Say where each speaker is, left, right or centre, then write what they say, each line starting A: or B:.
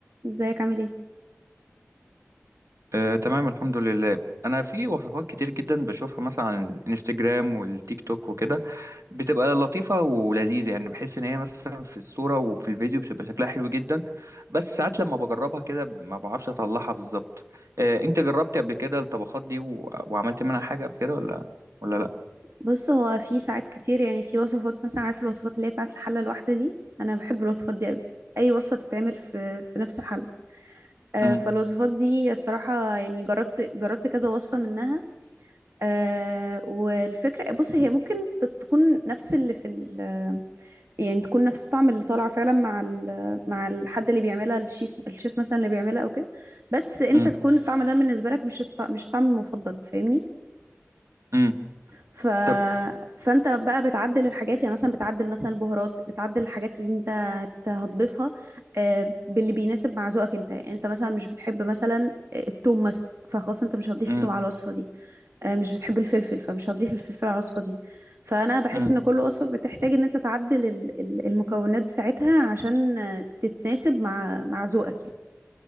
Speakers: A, on the right (about 60°); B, on the right (about 85°).
A: ازيك عامل ايه
B: آه، تمام الحمد لله انا في وصفات كتير جدا بشوفها مثلا على الانستجرام والتيك توك وكده بتبقى لطيفه ولذيذه يعني بحس ان هي مثلا في الصوره وفي الفيديو بتبقى شكلها حلو جدا بس ساعات لما بجربها كده ما بعرفش اطلعها بالظبط آه، انت جربتي قبل كده الطبخات دي و... وعملت منها حاجه قبل كده ولا ولا لا
A: بص هو في ساعات كتير يعني في وصفات مثلا عارف الوصفات اللي هي بتاعت الحله الواحده دي انا بحب الوصفات دي قوي اي وصفه تتعمل في في نفس الحله آه
B: امم
A: فالوصفات دي بصراحه يعني جربت جربت كذا وصفه منها آه والفكره بص هي ممكن ت- تكون نفس اللي في ال يعني تكون نفس الطعم اللي طالع فعلا مع ال مع الحد اللي بيعملها الشيف الشيف مثلا اللي بيعملها او كده بس انت
B: امم
A: تكون الطعم ده بالنسبه لك مش الط- مش الطعم المفضل فاهمني
B: امم
A: ف...
B: طب
A: فانت بقى بتعدل الحاجات يعني مثلا بتعدل مثلا البهارات بتعدل الحاجات اللي انت هت... هتضيفها آه، باللي بيناسب مع ذوقك انت يعني انت مثلا مش بتحب مثلا التوم مثلا فخلاص انت مش هتضيف
B: امم
A: التوم على الوصفة دي آه، مش بتحب الفلفل فمش هتضيف الفلفل على الوصفة دي فانا بحس
B: امم.
A: ان كل وصفة بتحتاج ان انت تعدل ال- ال- المكونات بتاعتها عشان آه، تتناسب مع مع ذوقك يعني